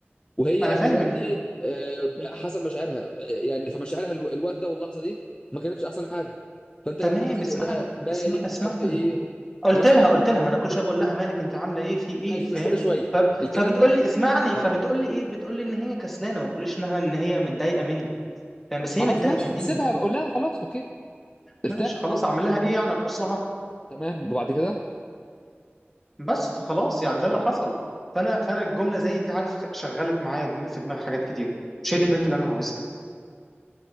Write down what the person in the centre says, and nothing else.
انا فاهم
ان
مم.
تمام
اسمعني
اسم... اسمعني
قلت
لها قلت لها ما انا كل شويه بقول لها مالك انت عامله ايه في ايه
فاهم
ف...
فبتقول
لي اسمعني
فبتقول لي ايه بتقول لي ان هي كسلانه ما بتقوليش انها ان هي متضايقه مني فاهم بس
هي متضايقه
مني
ماشي خلاص اعمل لها ايه يعني ارقص لها
بس فخلاص يعني ده اللي حصل فانا فانا الجمله زي دي عارف شغلت معايا دم- في دماغي حاجات كتير مش هي دي البنت اللي انا عاوزها